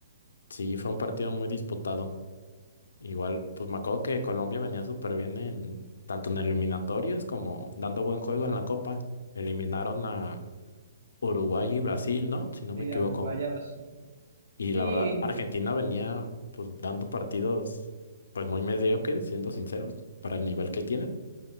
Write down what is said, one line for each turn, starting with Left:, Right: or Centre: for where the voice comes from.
Left: sí, fue un partido muy disputado. Igual, pues me acuerdo que Colombia venía súper bien en tanto en eliminatorias como dando buen juego en la Copa. Eliminaron a Uruguay y Brasil, ¿no? Si no
Right: Sí,
Left: me equivoco.
Right: a Uruguay, a Brasil.
Left: Y
Right: Sí,
Left: la verdad, Argentina venía pues dando partidos pues muy mediocres, siendo sinceros, para el nivel que tienen.